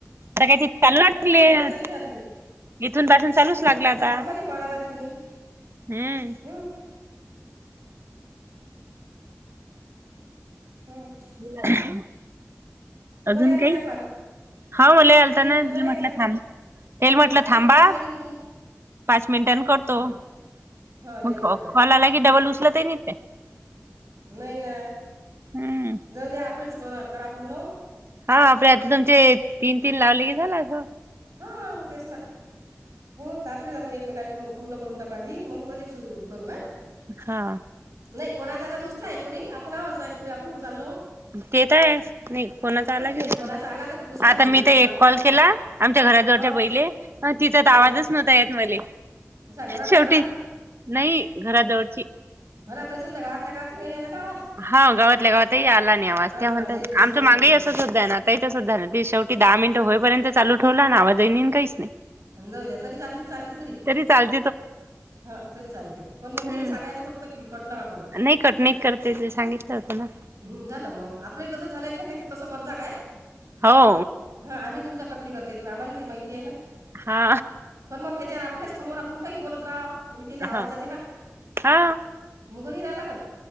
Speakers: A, on the right; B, on the right.
A: आता काय
B: हां बोलणं चालू ठेवा तुम्ही
A: <unintelligible> इथून पासून चालूच
B: हां
A: लागला आता
B: आम्हाला कॉल आला तिकडून
A: हम्म.
B: हं, हम्म
A: <inaudible>
B: तुम्हाला
A: अजून
B: आलता
A: काही
B: काय कॉल?
A: हा मुला
B: काही
A: आलताना
B: नाही बा तुम्हाला
A: तेल म्हटलं
B: आणता का
A: थांब तेल
B: हां
A: म्हटलं थांबा
B: तो कॉल आला की मग तुम
A: पाच मिनिटां करतो
B: हां हां नाही
A: मग
B: बरोबर आहे
A: कॉल आला की डबल उचलत आहे नाही ते
B: नाही ना
A: हम्म
B: जऊ द्या आपेच क करा आपूर् न
A: हा आपडे आता तुमचे तीन तीन लावले के झालं अस
B: हाग तेच ना हो तपलेच आपण एकमेकाला फोन पूर्ण करून टाकध मग मध्ये सुरू करू का
A: हा
B: नाही कोणा चाला तर द उचला एकपुरी आपण आवोच एकपुरी आपण कुठे चालो
A: तेेत आहे नाही कोणाचा आला घेऊ
B: नाही कोणाचा आला तर उचला
A: आता
B: तुम्ही
A: मी ते
B: पण
A: एक
B: आपण
A: कॉल केला आमच्या घरा जवळच्या
B: हां
A: बहिले तिचात
B: हां
A: आवाजच नव्हता यत मले
B: सांग घरातल्या
A: शेवटी
B: घरात
A: नाही घरा जवळची
B: होणा तरी समजा घातल्या गात नाही याला ना आवाज
A: हा गावातल्या गावातही आला नाही आवाज
B: हा,
A: त्या म्हणत
B: रेंज नशील
A: आमचं
B: होतं
A: माग
B: ही तिले
A: असं सुद्धा आहे ना आता इ सुद्धा आहे ना त शेवट ी दहा
B: हा
A: मिनिट
B: ना
A: होईपर्यंत चालू ठेव ना आवाज येईन काहीच नाही
B: जाऊ द्या तरी चालत चालते तरी
A: तरी चाल
B: हा तरी चालते पण मग
A: हम्म.
B: ते सांगायचं फक्त कि कटना का करू
A: नाही कठीनाईत करते ते सांगितलं होतं ना
B: हम् झालं मग आपल्या तसं झालंय काही नाहीक् तसं कज काय
A: हो
B: हा आम्ही तुमचा कटणी करते आम्हाला ती माहितीय आहे ना
A: हा
B: पण मग त्याच्यावर आपल्याच फोनवर आपण काही बोलत राहा म्हणजे त्याला आवाज
A: हा
B: जाते ना
A: हा
B: मुग रायला लागत